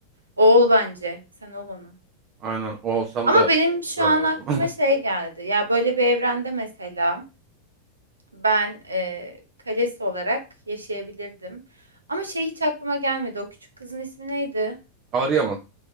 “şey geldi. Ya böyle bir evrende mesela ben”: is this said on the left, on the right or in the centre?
Right